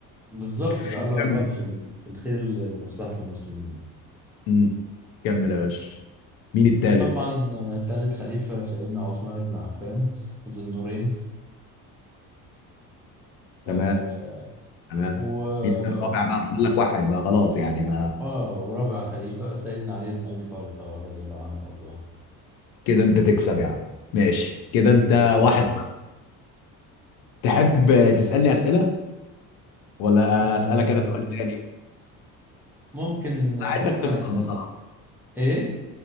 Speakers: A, in the centre; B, on the left.
A: بالظبط بيعلوا
B: <laughs>
A: على
B: كمل
A: بعض في ال- في الخير ل- لمصلحة المسلمين
B: مم. كمل يا باشا مين التالت
A: وطبعا آه، تالت خليفة سيدنا عثمان بن عفان ذو النورين
B: تمام
A: آه
B: تمام
A: و
B: هي الرابع بقى فاضل لك واحد بقى خلاص يعني ما
A: اه ورابع خليفة سيدنا علي بن أبي طالب طبعا رضي الله عنه وأرضاه
B: كده انت تكسب يا عم ماشي كده انت
A: أي خدمة
B: واحد صفر تحب تسألني أسئلة ولا
A: آه
B: أسألك أنا سؤال تاني
A: ممكن
B: انا
A: ممكن
B: عايزك تخسر
A: اسالها
B: بصراحة
A: ايه